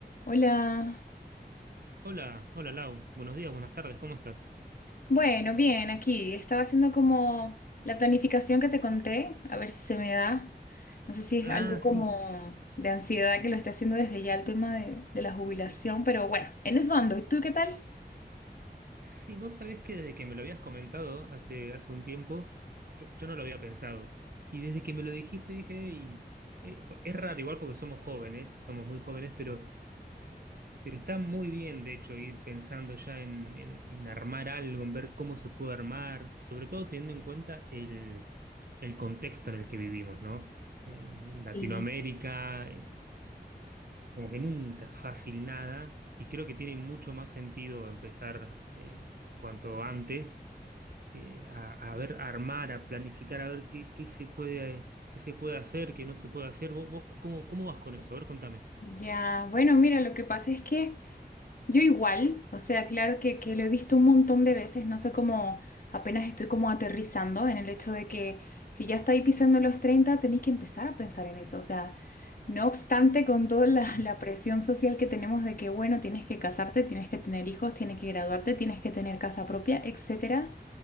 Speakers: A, on the left; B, on the right.
A: Hola.
B: Hola, hola Lau, buenos días, buenas tardes, ¿cómo estás?
A: Bueno, bien, aquí. Estaba haciendo como la planificación que te conté, a ver si se me da. No sé si es
B: Ah,
A: algo como
B: sí,
A: de ansiedad que lo esté haciendo desde ya el tema de, de la jubilación, pero bueno, en eso ando. ¿Y tú qué tal?
B: sí, vos sabés que desde que me lo habías comentado hace, hace un tiempo, yo, yo no lo había pensado. Y desde que me lo dijiste dije, "Ey, eh, es raro igual porque somos jóvenes, somos muy jóvenes, pero, pero está muy bien de hecho ir pensando ya en, en- en armar algo, en ver cómo se puede armar, sobre todo teniendo en cuenta el, el contexto en el que vivimos, ¿no? Eh, Latinoamérica.
A: Y
B: como que nunca fácil nada, y creo que tiene mucho más sentido empezar eh, cuanto antes eh, a, a ver, a armar, a planificar, a ver qué, qué se puede, eh, qué se puede hacer, qué no se puede hacer. ¿Vos, vos cómo, cómo vas con eso? A ver, contame.
A: Ya, bueno, mira, lo que pasa es que Yo igual, o sea, claro que, que lo he visto un montón de veces, no sé cómo apenas estoy como aterrizando en el hecho de que si ya estáis pisando los 30 tenéis que empezar a pensar en eso, o sea, no obstante con toda la, <laughs>
B: Mm,
A: la presión social que tenemos de que, bueno, tienes que casarte, tienes que tener hijos, tienes que graduarte, tienes que tener casa propia, etcétera,